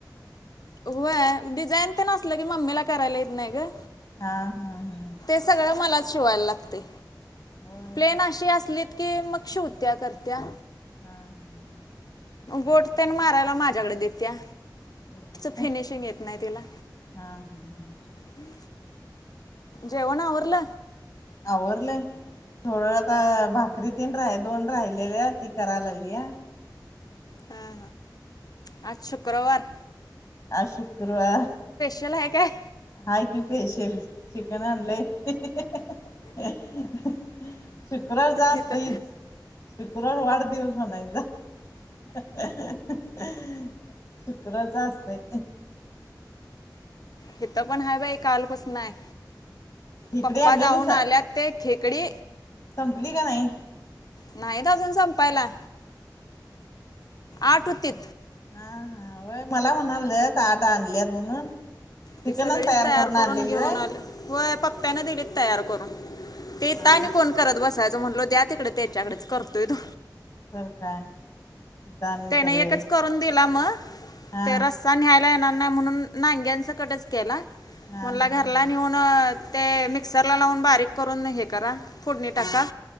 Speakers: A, on the left; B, on the left.
A: व्हय.. डिझाईन तेन असलं की मम्मीला करायला येत नाही गं
B: हा हा हा
A: सगळं मलाच शिवायला लागतंय...
B: होय
A: प्लेन अशी असलीत की मग, शिवतीया... करत्या
B: हा हा हा
A: गोट तेन मारायला माझ्याकडे देतीया.
B: <unintelligible>
A: फिनिशिंग येत नाही तिला.
B: हा हम् हा.
A: हम. जेवण‌आवरल?
B: आवरल. थोड आता भाकरी तीन रा दोन राहिलेले ती करायला लागली.
A: हा आज शुक्रवार.
B: आज शुक्रवार.
A: त्याला एक काय.
B: हाय कू पेशल चिकन आले. <unintelligible> शुक्रार जास्त.
A: इथं
B: शुक्रवार वाढदिवस म्हणायचा. <unintelligible> शुक्रच असतय.
A: हेथ पण हा बाई कालपसून आहे.
B: खेकडी
A: पप्पा
B: आणलेली
A: जाऊन आल्यात ते खेकडी.
B: संपली का नाही
A: <inaudible> नाहीत अजून संपायला, आठ होतीत.
B: हा हाय मला म्हणाल आट आणलीत म्हणून. चिकनच
A: ती सगळीच
B: तयार करून आणलेली
A: घेऊन
B: व?
A: आलं होय पप्प्याने दिलेत तयार करून तेेत
B: हा
A: आणि कोण. करत बसायचं म्हटलो द्या तिकडे त्याच्याकडेच करतोय तो.
B: कर काय. <inaudible>
A: त्याने
B: सगळे
A: एकच करून दिला मग
B: हा
A: ते रस्. नयला येणार नाही म्हणून्यां कच केला
B: हा
A: म
B: हा
A: घ
B: हा
A: प ते मिक्सर ला लावून बारीक करून हे करा. फोडणी टाका
B: हा